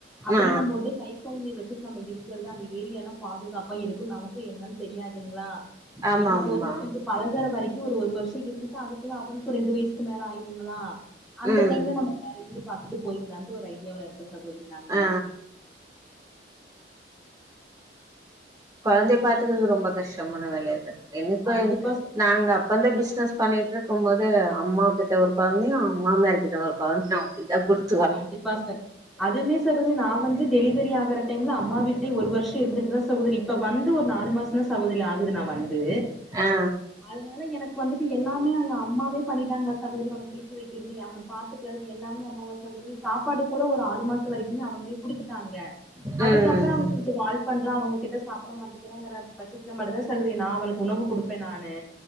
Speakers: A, in the centre; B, on the right.
A: அப்படிங்க
B: ஆ
A: போது கை கொழந்தைய வச்சுட்டு நம்ம இருக்குறது அந்த ஏரியா எல்லா பாதுகாப்பா இருக்கு நமக்கு என்னன்னு தெரியாதுங்களா அப்டிங்கு
B: ஆமா ஆமா
A: போது கொஞ்சோ பழகற வரைக்கு ஒரு ஒரு வருஷோ இருந்துட்டு ட்டா அதுக்குள்ள அவனுக்கு ரெண்டு வய்சுக்கு மேல ஆயிருங்களா அந்த
B: ம்
A: டைம்ல நம்ம வேற வீடு பாத்துட்டு போயிக்கலான்ட்டு ஒரு ஐடியாவுல இருக்கோ சகோதரி நாங்க
B: ஆ கொழந்தைற பாத்துக்கற்து ரொம்ப கஷ்டமான வேலையத்தா எனக்கு
A: கண்டிப்பா
B: எங்
A: ச
B: நாங்கப் இப்பந்து பிஸ்னஸ் பண்ணிட்ருக்கு போது அம்மாக்கிட்ட ஒரு கொழந்தையு மாமியார்கிட்ட ஒரு கொழந்தையு அப்டி தா குடுத்
A: கண்டிப்பா சக் அதுமே சகோதரி நா வந்துட் டெலிவரி ஆகுறடைம்ல அம்மா வீட்லே ஒரு வர்ஷ இருந்துட்தா சகோதரி இப்ப வந்து ஒரு நாலு மாசந்தா சகோதரி ஆகுது நா வந் இது
B: ஆ
A: அதுனால எனக் வந்துட்டு எல்லாமே அங்க அம்மாவே பண்ணிடாங்களா சகோதரி அவன குளிக்கவைக்கிற்து அவன பாத்துக்கிறது எல்லாமே அம்மாவா மத்தபடி சாப்பாடு கூட ஒரு ஆறு மாசோ வரைக்குமே அவங்களே குடுத்துட்டாங்க அதுக்கப்றோ
B: ம்
A: அவ்ங்க கொஞ்சோ வால் பண்றா அவங்க கிட்ட சாப்ட மாட்டேங்கிறான்ற பட்சத்துல மட்டு தா சகோதிரி நா அவனுக்கு உணவு குடுப்பே நானு